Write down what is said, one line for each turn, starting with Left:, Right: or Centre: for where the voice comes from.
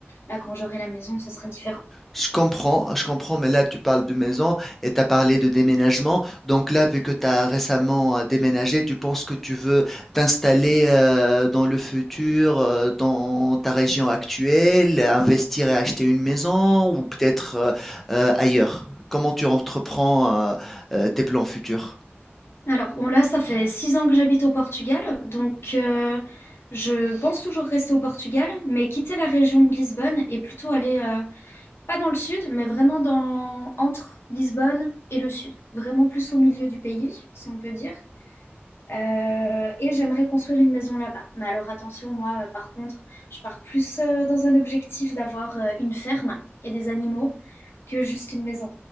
Left: là, quand j'aurai la maison, ce sera différent.
Centre: Je comprends, je comprends, mais là tu parles de maison et tu as parlé de déménagement. Donc là, vu que tu as récemment euh, déménagé, tu penses que tu veux t'installer euh, dans le futur, euh, dans ta région actuelle, investir et acheter une maison ou peut-être euh, euh, ailleurs. Comment tu entreprends euh, euh, tes plans futurs?
Left: Alors, bon, là, ça fait six ans que j'habite au Portugal, donc euh, je pense toujours rester au Portugal, mais quitter la région de Lisbonne et plutôt aller, euh, pas dans le sud, mais vraiment dans, entre Lisbonne et le sud, vraiment plus au milieu du pays, si on peut dire. Euh, et j'aimerais construire une maison là-bas. Mais alors attention, moi, euh, par contre, je pars plus euh, dans un objectif d'avoir euh, une ferme et des animaux que juste une maison.